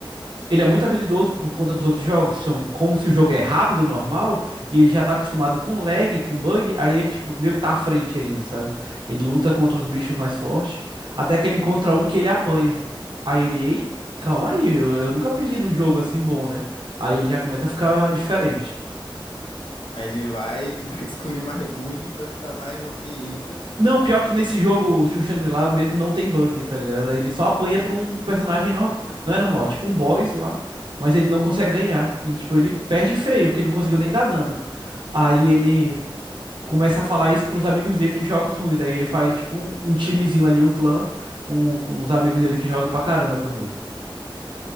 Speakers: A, on the right; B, on the left.
A: ele é muito habilidoso por conta dos outros jogos. São como se o jogo é rápido, normal, e ele já tá acostumado com lag, com bug, aí ele, tipo, meio que tá à frente ainda, sabe? Ele luta contra os bichos mais fortes, até que ele encontra um que ele apanha. Aí ele, ei, calma aí, eu, eu nunca perdi num jogo assim bom, né? Aí ele já começa a ficar diferente.
B: Aí ele vai, <laughs> vai descobrir mais bug pra ficar mais OP ainda.
A: Não, pior que nesse jogo, o Shangri-La mesmo não tem bug, tá ligado? Ele só apanha pra um personagem normal. Não é normal, tipo um boss lá. Mas ele não consegue ganhar. E, tipo, ele perde feio, que ele não conseguiu nem dar dano. Aí ele começa a falar isso pros amigos dele de jogos ruins. Aí ele faz, tipo, um, um timezinho ali, um clã, com, com os amigos dele que jogam pra caramba também.